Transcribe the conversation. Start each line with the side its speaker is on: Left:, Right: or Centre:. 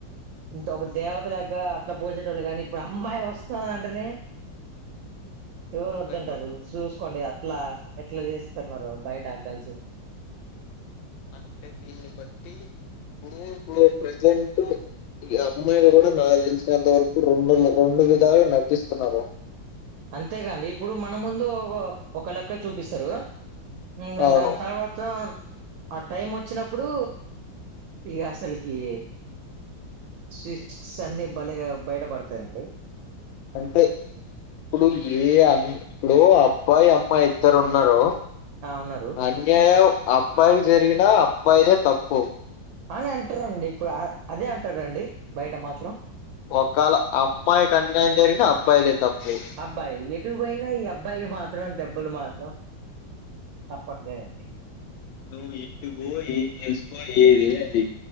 Right: ఇంత ఒక దేవత లాగా అట్ల పోల్చేటోళ్ళు గని, ఇప్పుడు అమ్మాయి వస్తాది అంటెనే ఎవరు వద్దంటారు
Left: భయపడుతున్నారు.
Right: చూసుకోండి అట్లా ఎట్లా చేస్తున్నారో బయట గర్ల్స్
Left: అంటే దీన్ని బట్టి ఇప్పుడు ఇప్పుడు ప్రజెంట్ అమ్మాయిలు గుడ నాకు తెలిసినంత వరకు రెండు రెండు విధాలుగా నటిస్తున్నారు.
Right: అంతేగాండి ఇప్పుడు మన ముందు ఒ ఒక లెక్క చూపిస్తరు. ఇంగ
Left: అవును.
Right: దాని తర్వాత ఆ టైం వచ్చినప్పుడు ఇగ అసలికి స్వీట్స్ అన్ని బలేగా బయట పడతాయండి
Left: అంతే ఇప్పుడు ఏ అం లో అబ్బాయి అమ్మాయి ఇద్దరు ఉన్నరో
Right: ఆ ఉన్నరు
Left: అన్యాయం అబ్బాయికి జరిగినా అబ్బాయిదే తప్పు.
Right: అని అంటరండి ఇప్పుడు అదే అంటరండి బయట మాత్రం.
Left: ఒకాళ అమ్మాయికి అన్యాయం జరిగిన అబ్బాయిదే తప్పు.
Right: అబ్బాయి ఎటు పోయినా ఈ అబ్బాయికి మాత్రం దెబ్బులు మాత్రం తప్పట్లేదండి.
Left: నువ్ ఎట్టు పో ఏం జస్కో ఏది అది జేయ్